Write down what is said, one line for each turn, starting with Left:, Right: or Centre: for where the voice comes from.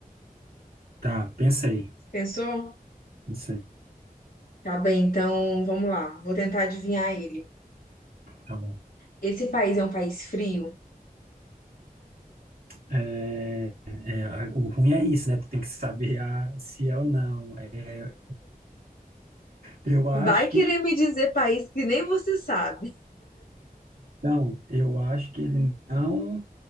Right: Tá, pensei.
Left: Pensou?
Right: Pensei,
Left: Tá bem, então vamos lá. Vou tentar adivinhar ele.
Right: tá bom.
Left: Esse país é um país frio?
Right: É, é, a- o ruim é isso, né? Tu tem que saber a- se é ou não. É, eu acho
Left: Vai querer
Right: que.
Left: me dizer país que nem você sabe.
Right: Então, eu acho que ele não,